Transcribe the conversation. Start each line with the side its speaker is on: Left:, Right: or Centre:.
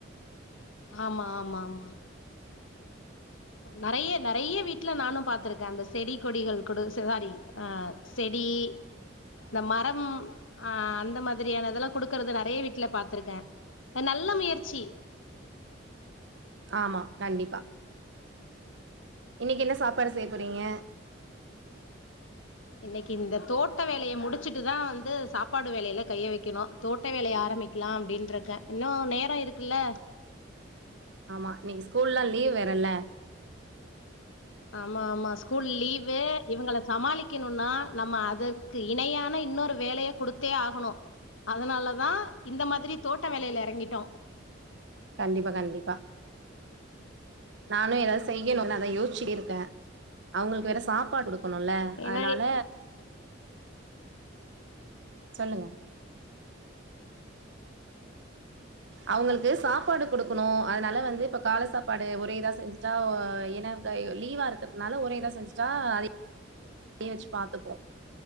Left: ஆமா ஆமா ஆமா நெறைய நெறைய வீட்ல நானு பாத்துருக்கே அந்த செடி கொடிகள் குட செவ்வாரி ஆஹ் செடி இந்த மரம் ஆஹ் அந்த மாதிரியான இதெல்லா குடுக்கறது நெறையா வீட்ல பாத்துருக்கே நல்ல முயற்சி
Right: ஆமா கண்டிப்பா இன்னைக்கு என்ன சாப்பாடு செய்ய போறீங்க
Left: இன்னைக்கு இந்த தோட்ட வேலையை முடிச்சிட்டுதான் வந்து சாப்பாடு வேலையில கைய வைக்கணும் தோட்ட வேலையை ஆரம்பிக்கலாம் அப்படின்ற இருக்கேன் இன்னும் நேரம் இருக்குல்ல
Right: ஆமா நீ ஸ்கூல்லல்லாம் லீவ் வேறல
Left: ஆமா ஆமா ஸ்கூல் லீவு இவங்கள சமாளிக்கணும்னா நம்ம அதற்கு இணையான இன்னொரு வேலையை கொடுத்தே ஆகணும் அதனாலதான் இந்த மாதிரி தோட்ட வேலையில இறங்கிட்டோம்
Right: கண்டிப்பா கண்டிப்பா நானும் ஏதாவது செய்யணும் அதை யோசிச்சிட்டு இருக்கேன் அவங்களுக்கு வேற சாப்பாடு கொடுக்க க்கணும்ல
Left: ஏன்னா
Right: அதனால சொல்லுங்க அவங்களுக்கு சாப்பாடு கொடுக்கணும் அதனால வந்து இப்ப காலை சாப்பாடு ஒரே இதா செஞ்சுட்டா என லீவா இருக்கிறதுனால ஒரே இதா செஞ்சுட்டா அதை வச்சு பாத்துப்போம்